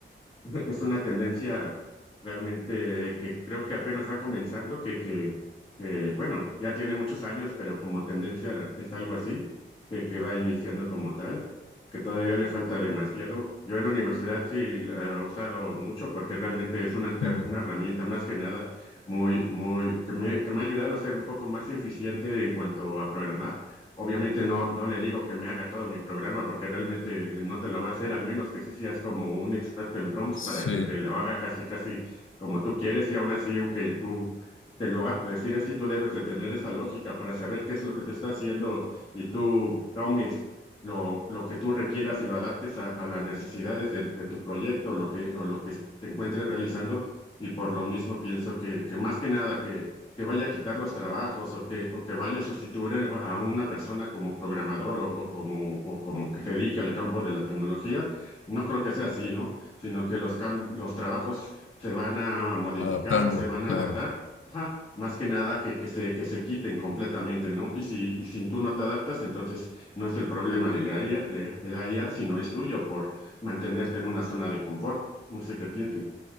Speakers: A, on the left (about 25°); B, on the left (about 70°).
A: <laughs> Es una tendencia realmente que creo que apenas va comenzando, que, que, que, bueno, ya tiene muchos años, pero como tendencia es algo así, que, que va iniciando como tal, que todavía le falta demasiado. Yo en la universidad sí la he usado mucho porque realmente es una, ter-
B: Mm,
A: una herramienta más que nada muy, muy, que me, que me ha ayudado a ser un poco más eficiente en cuanto a programar. Obviamente no, no le digo que me haga todo mi programa porque realmente no te lo va a hacer, al menos que sí seas como un experto en prompts
B: Sí,
A: para que te lo haga casi casi como tú quieres y aún así, aunque tú te lo haga por decir así, tú debes de tener esa lógica para saber qué es lo que te está haciendo y tú tomes lo, lo que tú requieras y lo adaptes a, a las necesidades de, de tu proyecto o lo que, o lo que te encuentres realizando y por lo mismo pienso que, que más que nada que vaya a quitar los trabajos o que, o que vaya a sustituir a una persona como programador o, o como, o como que se dedique al campo de la tecnología, no creo que sea así, ¿no? Sino que los, cam- los trabajos se van a modificar,
B: adaptando,
A: se van
B: claro.
A: a adaptar, ajá, más que nada que, que se, que se quiten completamente, ¿no? Y si, y si tú no te adaptas, entonces no es el problema de la IA, de, de la IA, sino es tuyo por mantenerte en una zona de confort. No sé qué pienses.